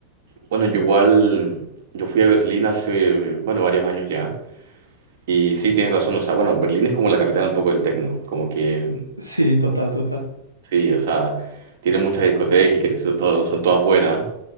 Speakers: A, on the right; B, on the right.
A: bueno, yo igual, yo fui a Berlín hace, bueno, varios años ya. Y sí, tienes razón, o sea, bueno, Berlín es como la capital un poco del techno como que...
B: Sí, total, total.
A: Sí, o sea, tiene muchas discotecas y que so- to- son todas buenas.